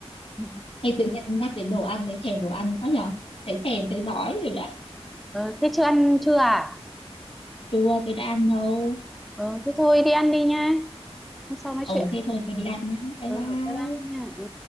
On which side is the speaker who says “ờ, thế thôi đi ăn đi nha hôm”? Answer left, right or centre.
Centre